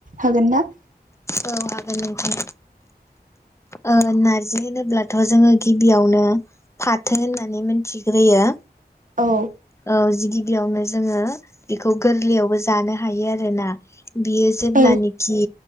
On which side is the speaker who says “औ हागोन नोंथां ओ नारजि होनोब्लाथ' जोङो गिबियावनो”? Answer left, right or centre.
Left